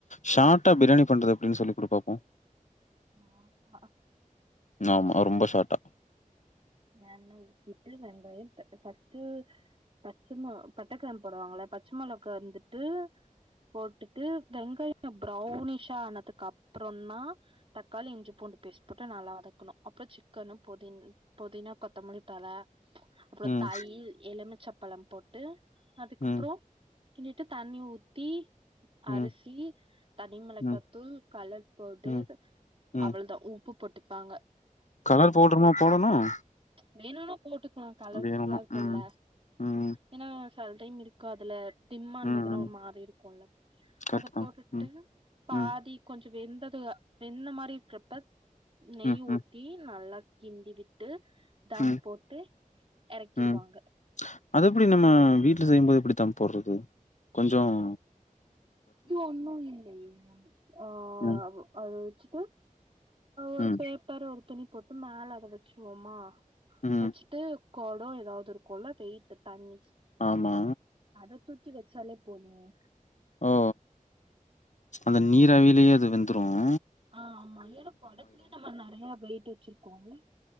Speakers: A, on the left; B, on the right.
A: ஷாட்டா பிரியாணி பண்றது எப்பிடின்னு சொல்லி குடு பாப்போ
B: ஷாட்டா
A: ஆமா ரொம்ப ஷாட்டா
B: எண்ணெ ஊத்திட்டு வெங்காய ஃபஸ்ட்டு பச்சை பட்டைக்கிராம்பு போடுவாங்கள பச்ச மொளகா வந்துட்டு போட்டுட்டு வெங்காய ப்ரௌனிஷா ஆனதுக்கு அப்புறந்தா தக்காளி இஞ்சி பூண்டு பேஸ்ட் போட்டு நல்லா வதக்கணு அப்புற சிக்கனும் பு புதினா கொத்த மல்லி தல அப்புறம்
A: ம்
B: தயிர் எலுமச்சப் பலம் போட்டு அதுக்கப்புறம்
A: ம்
B: என்னிட்டு தண்ணி ஊத்தி அரிசி
A: ம்
B: தனி மிளகாத்தூள்
A: ம்
B: கலர் பவுடர்
A: ம் ம்
B: அவ்வளதான் உப் உப்பு போட்டுப்பாங்க
A: கலர் பவுடர்ருமா போடணும்
B: நீன போட்டுக்கலாம் கலர்ஃபுல்லா
A: வேணும்னா
B: இருக்கும்ல்ல
A: ம் ம்
B: ஏன்னா சில டைம் இருக்கு அதுல டிம்மதுன்னா
A: ம் ம்
B: ஒரு மாதறி இருக்கும்ல்ல
A: கரெக்ட்
B: அத
A: தான்
B: போட்டுட்டு
A: ம்
B: பாதி
A: ம்
B: கொஞ்சம் வெந்தது இப்ப இந்த மாதிரி இருக்கப்ப நெய்
A: ம்
B: ஊத்தி
A: ம்
B: நல்லா கிண்டி விட் ட்டு தம்
A: ம்
B: போட்டு எறக்கிடுவாங்க
A: ம் அது எப்படி நம்ம வீட்டுல செய்யும்போது எப்படி தம் போடுறது கொஞ்சோம்
B: இது ஒன்னும் இல்லையே அஹ்
A: ம்
B: அது வெச் உ ஒரு
A: ம்
B: பேப்பர் ஒரு துணி போட்டு மேல அத வெச்சிடுவோமா
A: ம்
B: வெச்சுட்டு கொடம் ஏதாவது இருக்கும்ல்ல வெயிட்டு தண்ணி
A: ஆமா
B: அததுத்து கி வெச்சாலே போதும்
A: ஓ அந்த நீர்ராவியிலேயே அது வெந் துரும்
B: ஆஹ் மையல கொடத்துலேயே நம்ம நறைய போய்டிட்டு வெச்சிருக்கோம்ள